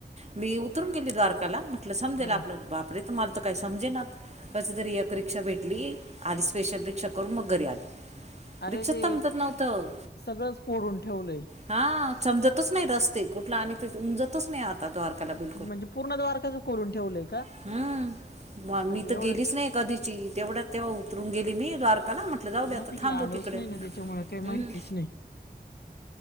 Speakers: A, on the right (about 40°); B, on the left (about 80°).
A: मी उतरून गेली द्वारकाला मग. म्हटल समजेल
B: हम्म
A: आपलं बापरे तुम्हाला तर काही समजेना, कस तरी एक रिक्षा भेटली. आधी स्पेशल रिक्षा करून मग घरी आली.
B: अरे
A: रिक्षाच
B: ते
A: समजत नव्हतं
B: सगळंच पोडून ठेवलंय.
A: हा समजतच नाही रस्ते, कुठला आणि ते उंजत. समजतच नाही. आता द्वारकाला बिल
B: म्हणजे पूर्ण द्वारका उखलून ठेवलंय का.
A: हम्म म
B: आता
A: मी तर
B: एवढं
A: गेलीच नाही, कधीची तेवढ्यात तेव. उतरून गेली मी द्वारका ला, म्हटलं जाऊ दे
B: नाशिकला
A: आता थांबू
B: आलोच
A: तिकडे
B: नाही
A: हम्म.
B: ना त्याच्यामुळे काही माहितीच नाही.